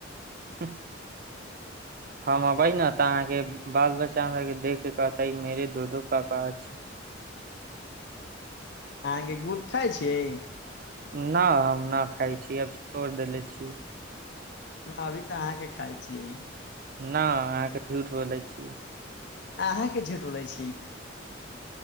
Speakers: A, on the right (about 50°); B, on the left (about 60°).
A: ह हम अबै ने तऽ अहाँके बाल बच्चा हमरा के देख के कहतै मेरे दो दो पापा अछि
B: अहाँके गुल खाइ छियै
A: न हम न खाय छी अब छोड़ देेले छी
B: अभी तऽ अहाँके खाय छियै
A: न अहाँके झूठ बोले छी
B: अहाँके झूठ बोलै छी